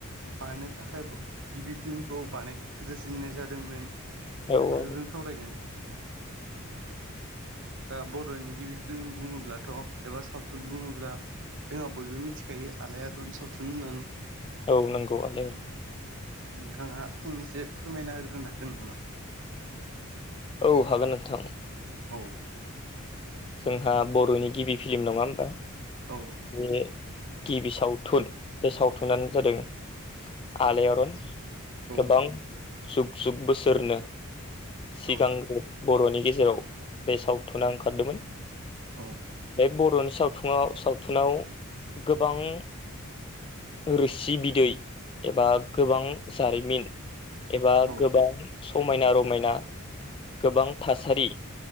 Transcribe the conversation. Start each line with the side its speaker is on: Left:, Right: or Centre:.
Right: मानो थाखाय गिबि फिल्मखौ बानायग्रोजोननाय जादोंमोन।
Left: औ
Right: बेफोरखो जों सावरायगोन औ दा बरनि गिबि फिल्म बुङोब्लाथ' एबा सावथुन बुङोब्ला जोंहा बयबो मिथिखायो आलायारन सावथुन होननानै।
Left: औ नंगौ आलायारन।
Right: नोंथाङा फंनैसो फोरमायना होग्रोनो हागोन नामा?
Left: औ हागोन नोंथां।
Right: औ।
Left: जोंहा बर'नि गिबि फिल्म नङा होनबा?
Right: औ।
Left: बे गिबि सावथुन बे सावथुनानो जादों आलायारन
Right: औ
Left: गोबां जुग जुग बोसोरनो सिगांग्रो
Right: औ
Left: बर'नि गेजेराव बे सावथुना ओंखारदोमोन।
Right: औ।
Left: बे बर'नि सावथुङाव सावथुनाव गोबां रोसि बिदै एबा गोबां जारिमिन एबा
Right: औ
Left: गोबां समायना रमायना गोबां थासारि